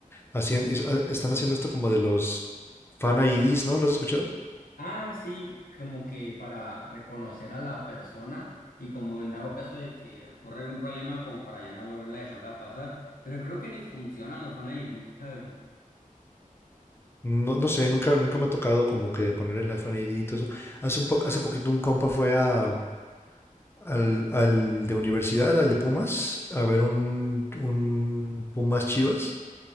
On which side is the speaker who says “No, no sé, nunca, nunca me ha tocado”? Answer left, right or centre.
Left